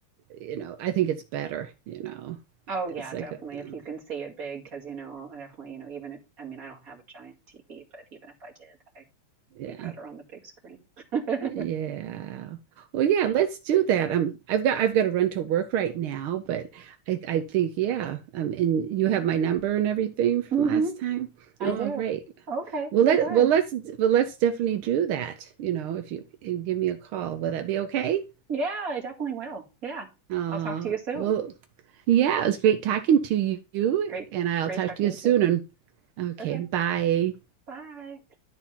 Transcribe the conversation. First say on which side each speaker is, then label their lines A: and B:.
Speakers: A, on the right; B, on the right.
A: you know, I think it's better, you know.
B: Oh yeah,
A: It's like
B: definitely. If
A: um,
B: you can see it big, because you know, definitely, you know, even if, I mean, I don't have a giant TV, but even if I did, I'd
A: yeah.
B: be better on the big screen. <laughs>
A: Yeah. Well, yeah, let's do that. Um, I've got I've got to run to work right now, but I I think yeah. Um, and you have my number and everything from
B: Mm-hmm.
A: last time.
B: I
A: All
B: do.
A: right.
B: Okay,
A: Well,
B: well,
A: let
B: good.
A: well let's well let's definitely do that. You know, if you, you give me a call, will that be okay?
B: Yeah, I definitely will. Yeah,
A: Uh,
B: I'll talk to you soon.
A: well, yeah, it was great talking to you,
B: Great,
A: and I'll
B: great
A: talk
B: talking
A: to you soon.
B: to you too.
A: Okay,
B: Okay,
A: bye.
B: bye.